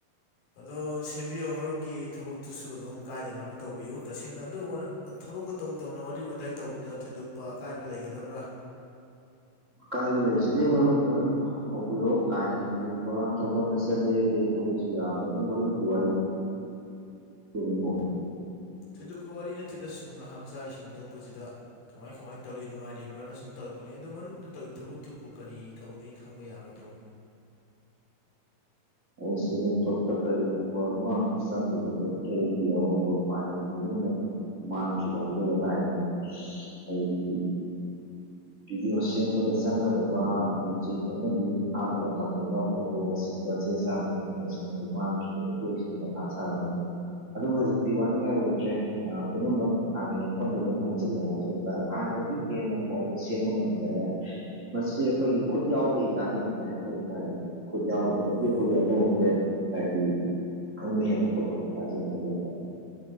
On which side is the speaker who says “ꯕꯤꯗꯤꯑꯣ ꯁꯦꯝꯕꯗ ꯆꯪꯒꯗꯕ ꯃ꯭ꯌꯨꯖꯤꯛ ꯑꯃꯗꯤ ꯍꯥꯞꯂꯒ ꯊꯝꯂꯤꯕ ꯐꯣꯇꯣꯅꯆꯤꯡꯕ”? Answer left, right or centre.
Right